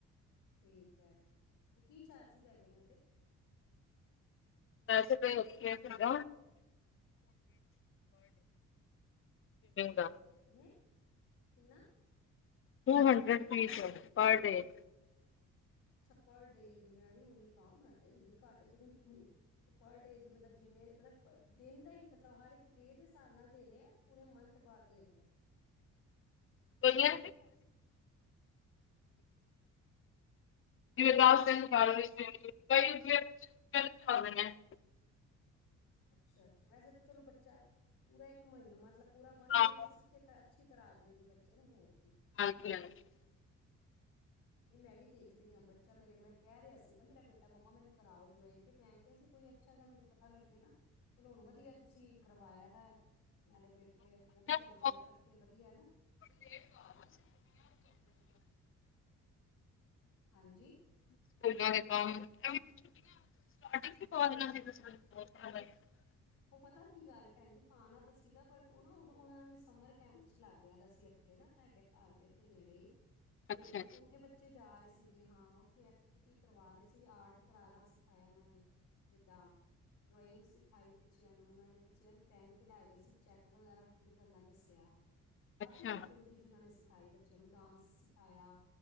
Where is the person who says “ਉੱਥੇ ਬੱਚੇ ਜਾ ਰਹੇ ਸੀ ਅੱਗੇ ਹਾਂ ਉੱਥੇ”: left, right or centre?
Left